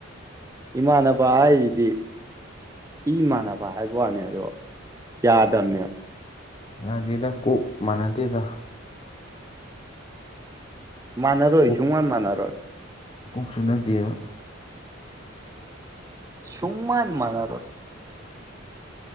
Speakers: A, on the right; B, on the left.
A: ꯏꯃꯥꯟꯅꯕ ꯍꯥꯏꯖꯤꯗꯤ ꯏ ꯃꯥꯟꯅꯕ ꯍꯥꯏꯕ ꯋꯥꯅꯦ ꯑꯗꯣ ꯌꯥꯗꯅꯦꯕ
B: ꯌꯥꯗꯦꯗ ꯀꯣꯛ ꯃꯅꯥꯗꯦꯗ
A: ꯃꯥꯟꯅꯔꯣꯏ
B: ꯀꯣꯛ
A: ꯁꯨꯡ ꯃꯥꯟ ꯃꯥꯟꯅꯔꯣꯏ
B: ꯀꯣꯛ ꯆꯨꯅꯗꯦꯕ
A: ꯁꯨꯡꯃꯥꯟ ꯃꯥꯟꯅꯔꯣꯏ